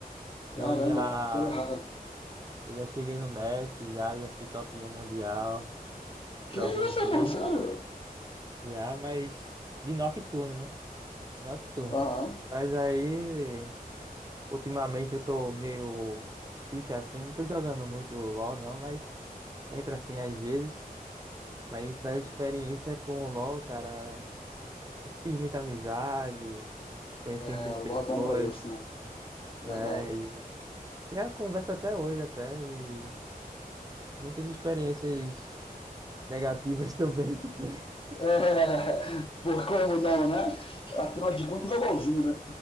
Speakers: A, on the right; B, on the left.
A: Eu
B: Caramba,
A: já,
B: que coisa rara.
A: eu já cheguei no mestre, já, já fui top um mundial
B: Que
A: por alguns
B: isso, irmão?
A: dias.
B: Sério?
A: Já, mas de Nocturne, né? Nocturno.
B: Aham.
A: Mas aí, ultimamente eu tô meio Xuxa assim, não tô jogando muito LoL não, mas entra assim às vezes. Mas a experiência com o LoL, cara, eu fiz muita amizade, conheci
B: É,
A: muitas pessoas,
B: o LoL é bom pra isso, né?
A: é,
B: Verdade.
A: e que é a conversa até hoje até, e muitas experiências negativas <laughs> também que tem.
B: É, <laughs> por como não, né? Afinal de contas é o LoLzinho, né?